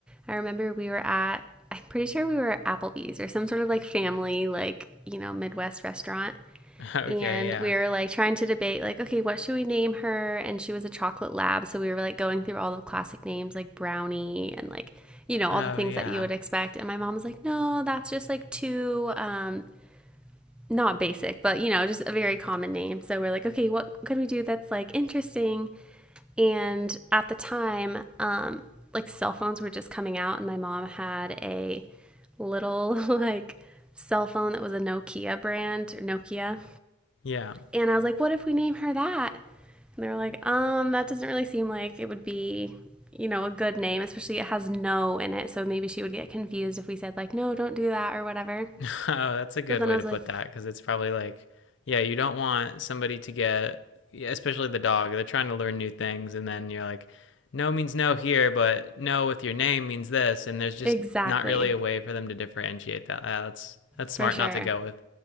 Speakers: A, in the centre; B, on the left.
A: I remember we were at I'm pretty sure we were at Applebee's or some sort of like family like you know Midwest restaurant
B: <laughs>
A: and
B: Okay. Yeah.
A: we were like trying to debate like okay what should we name her and she was a chocolate lab so we were like going through all the classic names like brownie and like you know
B: Oh,
A: all the things
B: yeah.
A: that you would expect and my mom was like no that's just like too um not basic but you know just a very common name so we're like okay what could we do that's like interesting and at the time um like cell phones were just coming out and my mom had a little <laughs> like cell phone that was a Nokia brand or Nokia
B: Yeah.
A: and I was like, what if we name her that? And they were like, um, that doesn't really seem like it would be, you know, a good name, especially it has no in it. So maybe she would get confused if we said, like, no, don't do that or whatever.
B: <laughs> Oh, that's a good
A: So then
B: way
A: I was
B: to
A: like,
B: put that because it's probably like, yeah, you don't want somebody to get, yeah, especially the dog, they're trying to learn new things. And then you're like, no means no here, but no with your name means this. And there's just
A: exactly,
B: not really a way for them to differentiate that. Ah, that's, that's
A: for
B: smart
A: sure.
B: not to go with,